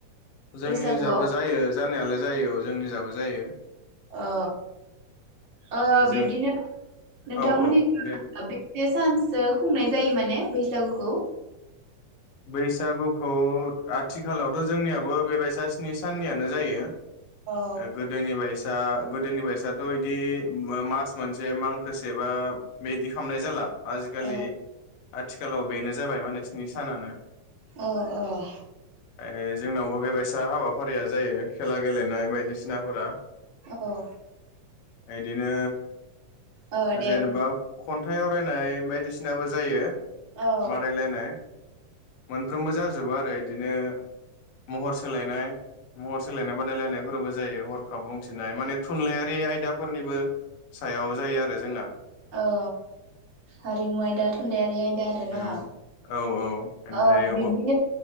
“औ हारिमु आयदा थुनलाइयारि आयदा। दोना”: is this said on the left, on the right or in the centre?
Right